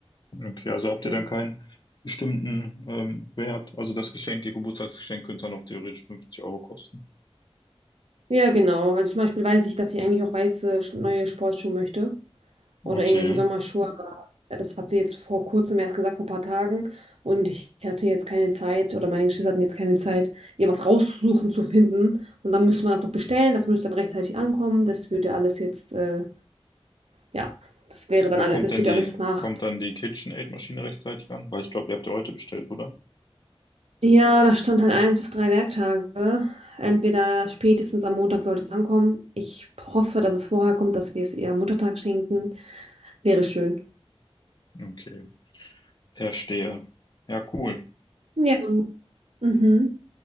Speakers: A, on the left; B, on the right.
A: Okay, also habt
B: Ja.
A: ihr dann keinen bestimmten ähm, Wert? Also das Geschenk, ihr Geburtstagsgeschenk könnte dann auch theoretisch 50 Euro kosten.
B: Ja, genau. Also zum Beispiel weiß ich, dass ich eigentlich auch weiße Sch- neue Sportschuhe möchte. oder
A: Okay.
B: irgendwelche Sommerschuhe. aber ja, Das hat sie jetzt vor kurzem erst gesagt, vor ein paar Tagen. Und ich hatte jetzt keine Zeit oder meine Geschwister hatten jetzt keine Zeit, ihr was rauszusuchen, zu finden. Und dann müsste man das noch bestellen, das müsste dann rechtzeitig ankommen. Das würde alles jetzt, äh, ja, das wäre dann
A: Aber
B: alle,
A: kommt
B: das
A: denn
B: würde
A: die,
B: alles nach.
A: kommt dann die KitchenAid-Maschine rechtzeitig an? Weil ich glaube, ihr habt ja heute bestellt, oder?
B: Ja, da stand halt eins bis drei Werktage. Entweder spätestens am Montag sollte es ankommen. Ich hoffe, dass es vorher kommt, dass wir es ihr am Muttertag schenken. Wäre schön.
A: Okay. Verstehe. Ja, cool.
B: Ja. Mhm.